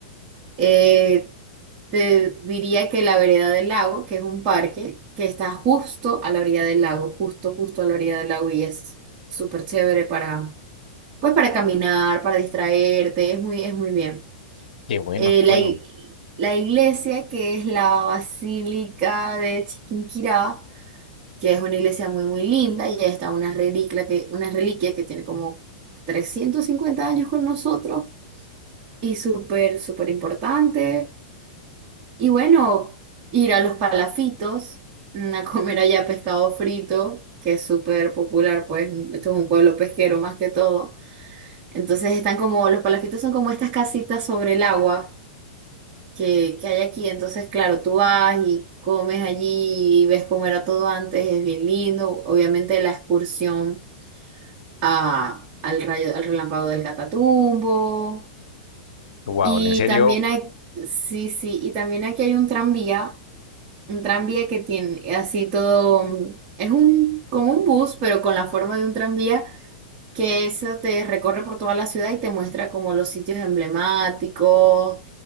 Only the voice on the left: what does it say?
Qué bueno,
qué
bueno.
Wow,
en serio,